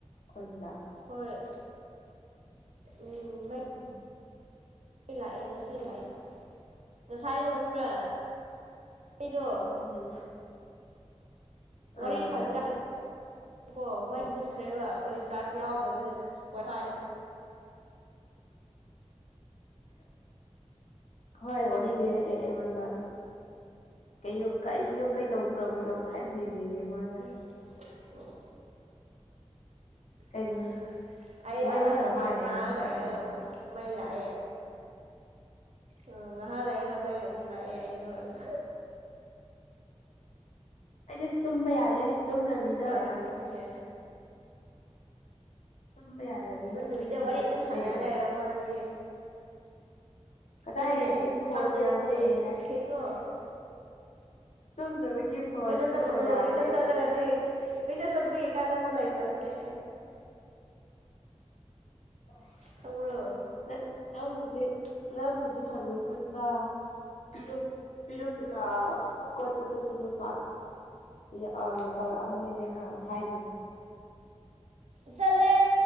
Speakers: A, on the left; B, on the right.
A: ꯈꯨꯟꯗ
B: ꯍꯣꯏ ꯎꯝ ꯃꯩ
A: ꯎꯝ
B: ꯑꯩ ꯂꯥꯛꯑꯦ ꯉꯁꯤ ꯂꯥꯛꯑꯦ ꯉꯁꯥꯏꯗꯣ ꯈꯪꯕ꯭ꯔꯥ ꯑꯩꯗꯣ
A: ꯎꯝ
B: ꯋꯥꯔꯤ
A: ꯑꯥ
B: <inaudible> ꯀꯣ ꯃꯩ ꯃꯨꯠꯈ꯭ꯔꯦꯕ ꯔꯤꯆꯥꯔꯖ ꯌꯥꯎꯗꯕꯅꯤꯅ ꯋꯥꯏꯐꯥꯏ
A: ꯍꯣꯏ ꯋꯥꯔꯤ ꯂꯩꯔꯛꯑꯦ ꯑꯩꯉꯣꯟꯗ ꯀꯩꯅꯣ ꯀꯔꯤꯅꯣ ꯀꯩꯗꯧꯒ꯭ꯔꯕꯅꯣ ꯈꯜꯂꯤꯅꯦꯌꯦ ꯃꯥ
B: <inaudible>
A: ꯀꯔꯤ
B: ꯑ ꯑꯩ
A: ꯃꯩ
B: ꯑꯍ
A: ꯃꯨꯠꯈ꯭ꯔ ꯃꯥꯜꯂꯦꯅ
B: ꯉꯍꯥ
A: ꯍꯥꯏꯔꯛꯑꯦ
B: ꯂꯩꯔꯒ
A: ꯑꯩꯉꯣꯟꯗ
B: ꯑꯃꯨ ꯃꯩ ꯂꯥꯛꯑꯦ ꯑ ꯉꯍꯥꯛ ꯂꯩꯒ ꯃꯩ ꯑꯃꯨꯛ ꯂꯥꯛꯑꯦ ꯑꯩꯗꯣ ꯑꯗꯨ
A: ꯑꯩꯗꯤ ꯑꯁ ꯇꯨꯝꯕ ꯌꯥꯗꯦ ꯇꯨꯝꯗꯕꯤꯗ
B: ꯅꯨꯡꯉꯥꯏꯔꯝꯃꯅꯤꯅꯦ
A: ꯇꯨꯝꯕ ꯌꯥꯗꯕꯅꯤꯅ
B: ꯗꯨꯝꯗꯕꯤꯗ
A: ꯀꯣꯏꯆꯠ ꯀꯣꯏꯆꯠ
B: ꯋꯥꯔꯤ ꯑꯗꯨꯝ
A: ꯆꯠꯂꯦ
B: ꯁꯥꯟꯅꯔ ꯂꯩꯔꯕꯣ ꯅꯪꯗꯤ
A: ꯀꯗꯥꯏꯗꯒꯤ
B: ꯍꯦ
A: ꯐꯣꯟ
B: ꯄꯪꯒꯅꯨꯅꯦ
A: ꯌꯥꯗꯦ ꯍꯥꯏ
B: ꯁꯤꯡꯉꯣ
A: ꯇꯨꯝꯗꯕꯒꯤ ꯐꯣꯟꯁꯨ
B: ꯀꯣꯏꯆꯠ ꯆꯠꯀꯅꯨ
A: ꯌꯥꯗꯦ
B: ꯀꯣꯏꯆꯠ ꯆꯠꯂꯒ ꯅ ꯀꯣꯏꯆꯠ ꯆꯠꯄꯒꯤ ꯀꯥꯟꯗꯅꯕ ꯂꯩꯇꯝꯅꯦ
A: ꯑꯁ
B: ꯈꯪꯕ꯭ꯔꯣ
A: ꯅ ꯅꯪꯕꯨꯗꯤ ꯅꯪꯕꯨꯗꯤ ꯊꯔꯣꯏ ꯈꯨꯟꯕ ꯇꯨꯖꯨ ꯄꯤꯔꯨꯛ ꯀꯩꯀꯥ ꯀꯣꯠꯄ ꯆꯠꯄꯗꯣ ꯄꯥꯛ ꯌ ꯑ ꯇꯧꯔꯛꯑꯝꯃꯣꯏꯅꯦ ꯊꯥꯏꯅ
B: ꯆꯂꯦ